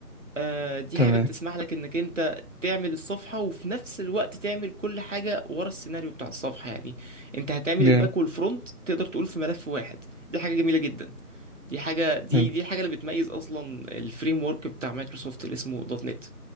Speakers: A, on the right; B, on the left.
A: آه، دي
B: تمام
A: حاجة بتسمح لك انك انت تعمل الصفحة وفي نفس الوقت تعمل كل حاجة ورا السيناريو بتاع الصفحة يعني انت هتعمل
B: جامد
A: الباك والفرونت تقدر تقول في ملف واحد دي حاجة جميلة جدا دي حاجة دي
B: حلو
A: دي الحاجة اللي بتميز اصلا الفريم ورك بتاع مايكروسوفت اللي اسمه دوت نت